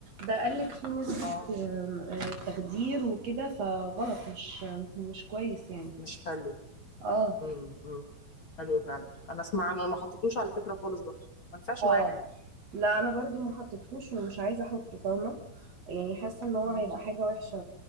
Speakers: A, on the right; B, on the left.
A: ده قالك فيه نسبة
B: اه
A: آم، آه، تخدير وكده فغلط مش مش كويس يعني
B: مش حلو
A: اه
B: امم امم حلو فعلا انا اسمع عنه ما حطيتوش على فكره خالص برضه ما نفعش
A: اه
B: معانا يعني
A: لا انا برضو ما حطيتهوش ومش عايزة احطه فاهمة يعني حاسة ان هو
B: مم.
A: هيبقى حاجة وحشة